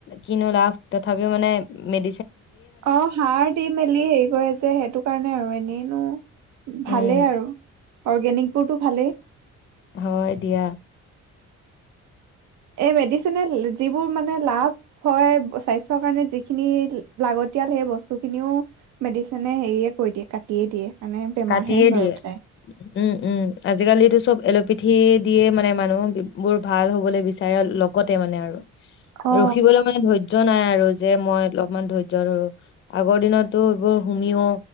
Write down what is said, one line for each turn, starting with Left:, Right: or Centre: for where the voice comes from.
Left: কিনো লাভ, তথাপিও মানে ম
Right: অ সাৰ দি মেলি হেৰি কৰে যে সেইটো কাৰণে আৰু এনেইনো
Left: উম
Right: ভালেই আৰু। অৰ্গেনিকবোৰতো ভালেই।
Left: হয় দিয়া।
Right: এই মেডিচিনে যিবোৰ মানে লাভ হয় স্বাস্থ্যৰ কাৰণে যিখিনি লাগতিয়াল সেই বস্তুখিনিও মেডিচিনে হেৰিয়ে কৈ দিয়ে, কাটিয়ে দিয়ে। কাৰণে বেমাৰহে
Left: কাটিয়ে
Right: হৈ
Left: দিয়ে।
Right: ওলায়
Left: উম। উম। আজিকালিটো চব এল'পেথি দিয়ে মানে মানুহ বোৰ ভাল হ'বলৈ বিচাৰে লগতে মানে আৰু।
Right: অ
Left: ৰখিবলৈ মানে ধৈৰ্য ধৈহ্য নাই আৰু, যে মই অলপমান ধৈৰ্য ধৰো। আগৰ দিনতো এইবোৰ হোমিও